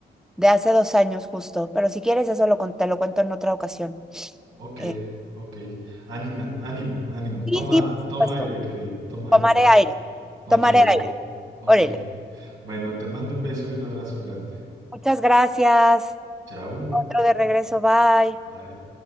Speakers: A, in the centre; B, on the right.
A: de hace dos años justo, pero si quieres eso lo, con- te lo cuento en otra ocasión.
B: Ok,
A: Eh,
B: ok. Ánima, ánimo, ánimo.
A: sí,
B: Toma,
A: sí, por
B: toma
A: supuesto.
B: aire, querida, toma aire.
A: Tomaré aire.
B: Ok,
A: Tomaré aire.
B: ok.
A: Órale.
B: Bueno, te mando un beso y un abrazo grande.
A: Muchas gracias.
B: Chao.
A: Otro de regreso. Bye.
B: Bye.